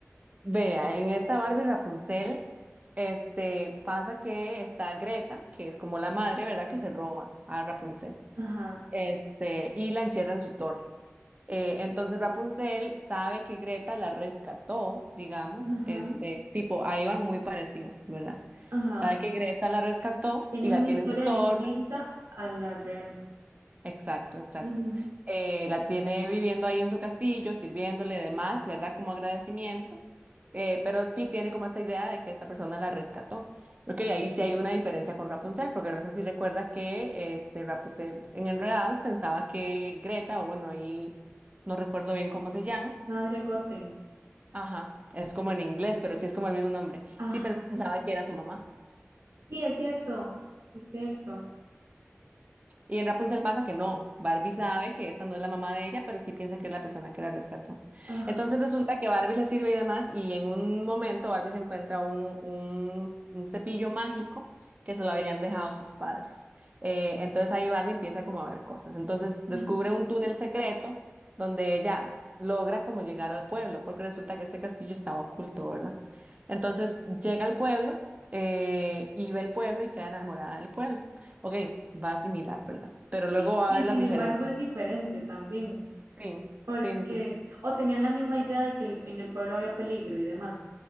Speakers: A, on the right; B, on the right.
A: Vea, en esta Barbie Rapunzel, este, pasa que está Greta, que es como la madre, ¿verdad? Que se roba a Rapunzel.
B: ajá,
A: Este, y la encierra en su torre. Eh, entonces Rapunzel sabe que Greta la rescató, digamos,
B: ajá,
A: este, tipo, ahí van muy parecidas, ¿verdad?
B: ajá.
A: Sabe que Greta la rescató
B: Tienen
A: y la
B: una
A: tiene
B: historia
A: en su torre
B: distinta a la real.
A: Exacto, exacto.
B: Ujú.
A: Eh, la tiene viviendo ahí en su castillo, sirviéndole y demás, ¿verdad? Como agradecimiento, eh, pero sí tiene como esta idea de que esta persona la rescató. Ok, ahí sí hay una diferencia con Rapunzel, porque no sé si recuerda que este Rapunzel en Enredados pensaba que Greta, o bueno, ahí no recuerdo bien cómo se llama,
B: Madre Goten.
A: ajá, es como en inglés, pero sí es como el mismo nombre,
B: Ajá.
A: sí pensaba que era su mamá.
B: Sí, es cierto, es cierto.
A: Y en Rapunzel pasa que no. Barbie sabe que esta no es la mamá de ella, pero sí piensa que es la persona que la rescató.
B: Ah,
A: Entonces resulta que Barbie le sirve y demás, y en un momento Barbie se encuentra un, un- un cepillo mágico que se lo habían dejado sus padres. Eh, entonces ahí Barbie empieza como a ver cosas. Entonces descubre
B: ah,
A: un
B: ujú.
A: túnel secreto donde ella logra como llegar al pueblo, porque resulta que este castillo estaba oculto, ¿verdad? Entonces llega al pueblo eh, y ve el pueblo y queda enamorada del pueblo. Ok, va similar, ¿verdad? Pero luego
B: Sí,
A: va
B: Y
A: a haber las
B: sin
A: diferencias.
B: embargo es diferente también,
A: Sí,
B: porque
A: sí, sí, sí.
B: o tenían la misma idea de que el- en el pueblo había peligro y demás.